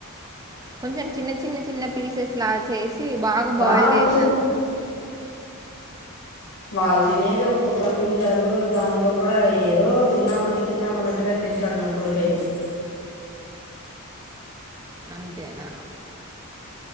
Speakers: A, on the right; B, on the left.
A: కొంచెం చిన్న చిన్న చిన్న పీసెస్ లాగా చేసి బాగా
B: బాబు
A: బాయిల్డ్ ఏసినంక
B: వాళ్ళు తినేదే ఒక్కొక్కరవ తింటారు దాంతో కూడా ఏదో తిన్నామంటే తిన్నామన్నట్టుగా తింటాడు నా కొడుకైతే
A: అంతేనా